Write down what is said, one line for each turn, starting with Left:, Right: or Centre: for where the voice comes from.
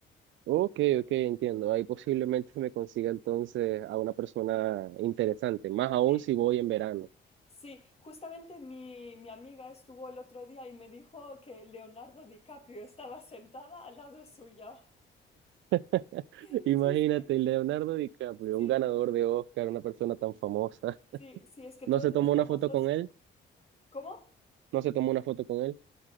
Right: Ok, ok, entiendo. Ahí posiblemente se me consiga entonces a una persona interesante, más aún
Left: Sí,
Right: si voy en verano.
Left: Sí, justamente mi, mi amiga estuvo el otro día y me dijo que Leonardo DiCaprio estaba sentada al lado suya.
Right: <laughs>
Left: <laughs>
Right: Imagínate,
Left: Sí, sí,
Right: Leonardo DiCaprio,
Left: sí.
Right: un ganador de Oscar, una persona tan famosa.
Left: Sí, sí, es que
Right: ¿No
Left: todos
Right: se
Left: los
Right: tomó
Left: famosos...
Right: una foto con él?
Left: ¿Cómo?
Right: ¿No se tomó una foto con él?